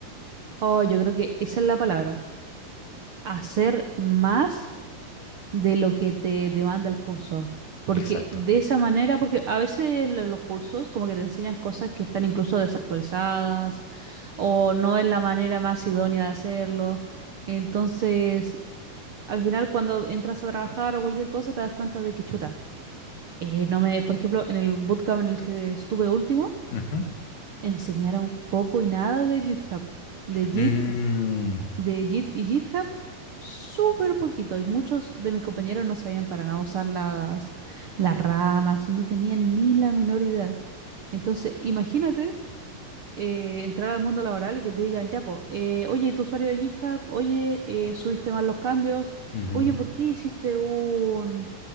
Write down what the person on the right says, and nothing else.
Oh, yo creo que esa es la palabra. Hacer más. de lo que te demanda el curso. Porque
de esa manera, porque a veces lo- los cursos como que te enseñan cosas que están incluso desactualizadas o no es la manera más idónea de hacerlo. Entonces, al final cuando entras a trabajar o cualquier cosa te das cuenta de que chuta. eh, no me, por ejemplo, en el bootcamp en el que estuve último,
enseñaron poco y nada de GitHub, de Git
de Git y GitHub, súper poquito. Y muchos de mis compañeros no sabían para nada usar las, las ramas, no tenían ni la menor idea. Entonces, imagínate eh, entrar al mundo laboral y que te digan, ya, po, eh, oye, tu usuario de GitHub, oye, eh, subiste mal los cambios,
oye, ¿por qué hiciste un,